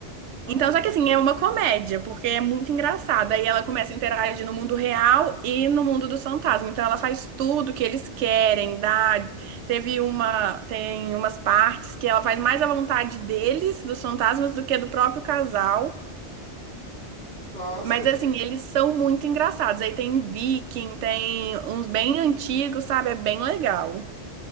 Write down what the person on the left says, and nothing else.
olha
que
legal.
Nossa,
que